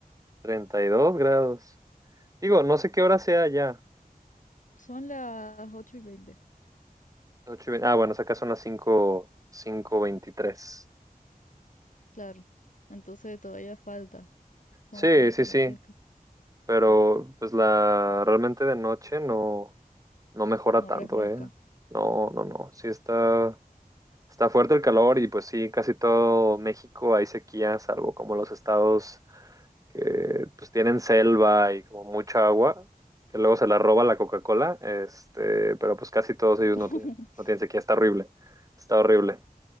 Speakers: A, on the right (about 20°); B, on the left (about 55°).
A: treinta y dos grados. Digo, no sé qué hora sea allá.
B: Son las 8 y 20.
A: Ocho y vein- Ah, bueno, acá son las cinco cinco veintitrés
B: claro. Entonces todavía falta como
A: Sí,
B: para
A: sí,
B: que anochezca,
A: sí, pero pues la realmente de noche no, no mejora
B: no
A: tanto,
B: refresca.
A: ¿eh? No, no, no, sí está, está fuerte el calor y pues sí, casi todo México hay sequía, salvo como los estados que pues tienen selva y como mucha agua, que luego se la roba la Coca-Cola, este, pero pues casi todos ellos
B: <laughs>
A: no tienen, no tienen sequía, está horrible, está horrible.